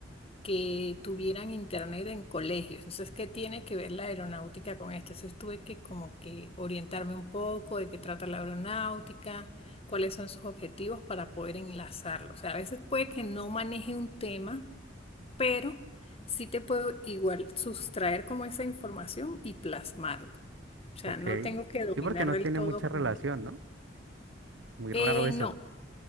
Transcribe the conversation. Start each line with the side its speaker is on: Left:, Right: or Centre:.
Left: que tuvieran internet en colegios. Entonces, ¿qué tiene que ver la aeronáutica con esto? Entonces, tuve que como que orientarme un poco de qué trata la aeronáutica, cuáles son sus objetivos para poder enlazarlo. O sea, a veces puede que no maneje un tema, pero sí te puedo igual sustraer como esa información y plasmarlo. O sea,
Right: Ok.
Left: no tengo que dominar
Right: Sí, porque no
Left: del
Right: tiene
Left: todo
Right: mucha
Left: como...
Right: relación, ¿no? Muy
Left: Eh,
Right: raro eso.
Left: no.